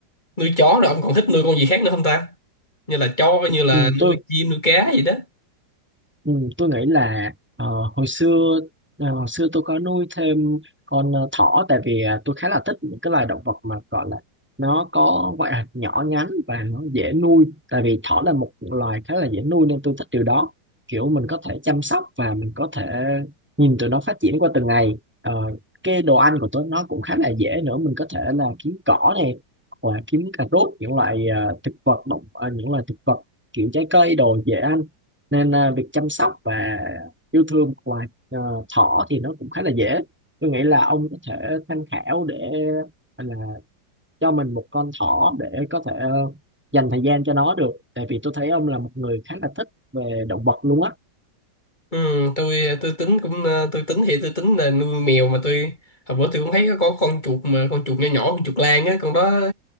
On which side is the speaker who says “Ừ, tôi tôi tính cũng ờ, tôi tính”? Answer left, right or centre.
Left